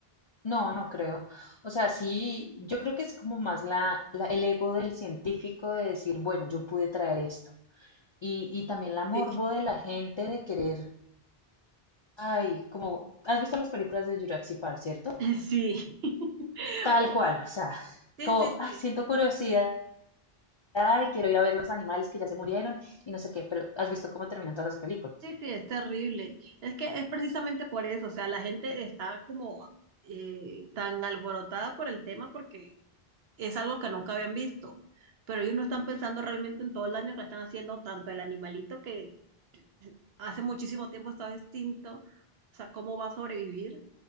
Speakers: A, on the left; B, on the right.
A: No, no creo. O sea, sí, yo creo que es como más la, la- el ego del científico de decir, bueno, yo pude traer esto. Y, y también la morbo
B: Sí,
A: de la gente de querer, ay, como, ¿has visto las películas de Jurassic Park, cierto?
B: <laughs> sí. <laughs>
A: Tal
B: Oh,
A: cual, o sea,
B: Sí,
A: como,
B: sí, sí.
A: ay, siento curiosidad, ay, quiero ir a ver los animales que ya se murieron y no sé qué, pero ¿has visto cómo terminan todas las películas?
B: Sí, sí, es terrible. Es que es precisamente por eso, o sea, la gente está como eh, tan alborotada por el tema porque es algo que nunca habían visto, pero ellos no están pensando realmente en todo el daño que le están haciendo tanto el animalito que hace muchísimo tiempo estaba extinto, o sea, cómo va a sobrevivir,